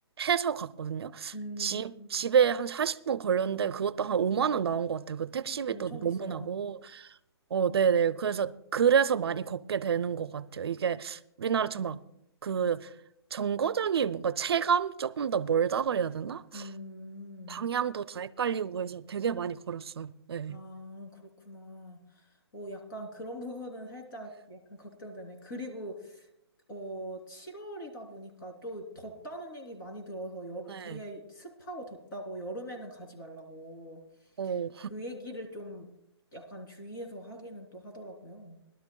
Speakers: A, on the right (about 65°); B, on the left (about 50°).
A: 해서 갔거든요.
B: 음,
A: 집, 집에 한 40분 걸렸는데 그것도 한 5만 원 나온 것 같아요. 그 택시비도
B: 엄청
A: 너무
B: 비싸다.
A: 나고. 어, 네네. 그래서, 그래서 많이 걷게 되는 것 같아요. 이게 우리나라처럼 막, 그, 정거장이 뭔가 체감 조금 더 멀다 그래야 되나?
B: 음,
A: 방향도 다 헷갈리고 그래서 되게 많이 걸었어요. 네.
B: 아, 그렇구나. 어, 약간 그런 <laughs> 부분은 살짝 약간 걱정되네. 그리고, 어, 7월이다 보니까 또 덥다는 얘기 많이 들어서 여름,
A: 네.
B: 되게 습하고 덥다고 여름에는 가지 말라고
A: 어.
B: 그 얘기를 좀 약간 주의해서 하기는 또 하더라고요.